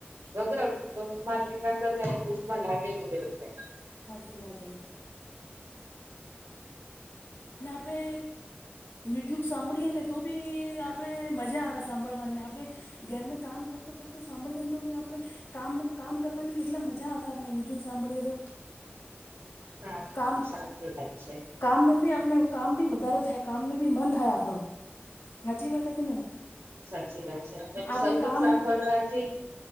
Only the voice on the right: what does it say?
બગર તો તમારી વિકાસ બુકમાં લાગેલું છે.
હા
સાચી વાત છે
સાચી વાત છે અને
સંગીત
સાંભળવાથી